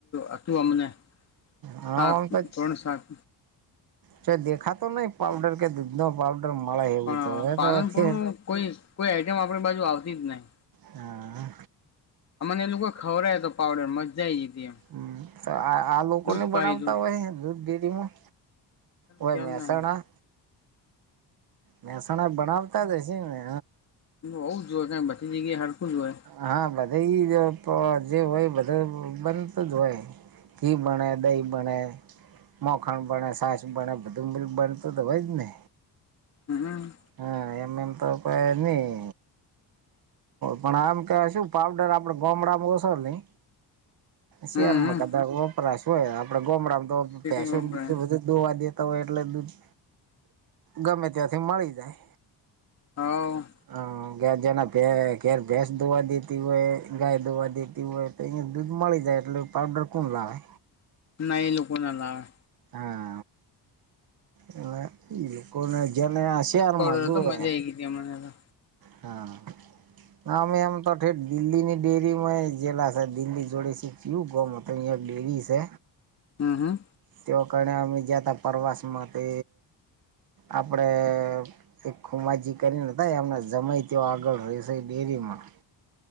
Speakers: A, on the left; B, on the right.
A: એ હતુ અમને
B: હામ
A: સાત
B: તો
A: ત્રણ સાત
B: ચ દેખા તો નહી પાઉડર કે દૂધ નડર મળે એવું
A: પણ
B: તો હવે
A: પાલનપુરનું
B: તો
A: કોઈ કોઈ આઈટમ આપણી બાજુ આવતી જ નહી.
B: હા હા
A: અમને એ લોકો ખવરાય તો પાવડર મજા આયી ગી તી એમ
B: હમ્મ આ આ લોકો
A: દૂધ
B: ને બનાવતા
A: પાય તું
B: હોય દૂધ ડેરીમા ઓય
A: ખ્યાલ
B: મહેસાણા
A: નહી
B: મહેસાણા બનાવતા જ હશે ને
A: હોઉ જ જોવ કારણ કે બધી જગ્યાએ હરખું જ હોય.
B: હા બધા ઈજ જે હોય બધે બનતું જ હોય. ઘી બણે દઈ બણે મોખણ બણે સાસ બણે બધું બનતું તો હોય જ ને
A: હમ્મ.
B: હા એમ એમ તો કોયની. પણ આમ કહેવાય શું પાવડર આપડે ગામડામાં ઓસો નઈ સેહર
A: હમ
B: માં કદાચ વપરાશ હોય આપડે ગોમડામાં તો
A: સિટીમાં
B: ભેંસો
A: વપરાય
B: બીજું બધું દોવા દેતા હોય એટલે દૂધ ગમે ત્યાંથી મળી જાય.
A: હઓ
B: હ ગેજે ના ઘેર ભેંસ દોવા દેતી હોય ગાય દોવા દેતી હોય તો અહીંયા દૂધ મળી જાય એટલે પાવડર કોણ લાવે.
A: ના એ લોકો ના લાવે
B: હા હવે એ લોકોને જેને આ
A: મસ્ત
B: શેહેર
A: પાવડર
B: માં જોએ.
A: હતો મજા આઈ ગઈ તી અમને તો
B: હા. અમે એમ તો ઠેઠ દિલ્હીની ડેરીમાં જેેલા છે દિલ્હી જોડીશી. ચિયુ ગોમ ઈયા ડેરી સે
A: હમ્મ હમ્મ
B: તેઓ કારણે અમે જ્યાંતા પ્રવાસમાં તે આપણેે એક ખુમાજી કરીને હતા એમ નો જમાય ત્યોં આગળ રહે શે ડેરીમાં